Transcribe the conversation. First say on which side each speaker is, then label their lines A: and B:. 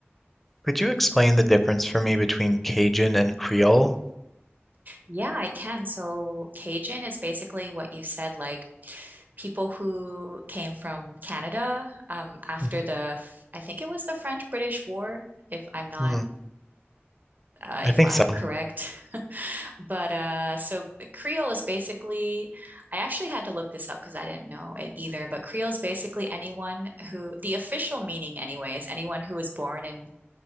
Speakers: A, in the centre; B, on the right (about 45°).
A: Could you explain the difference for me between Cajun and Creole?
B: Yeah, I can. So Cajun is basically what you said, like people who came from Canada um, after
A: Mhm.
B: the, I think it was the French-British War, if I'm not,
A: Hmm.
B: uh,
A: I
B: if
A: think
B: I'm
A: so.
B: correct. <laughs> But uh, so Creole is basically, I actually had to look this up because I didn't know it either. But Creole is basically anyone who, the official meaning anyway, is anyone who was born in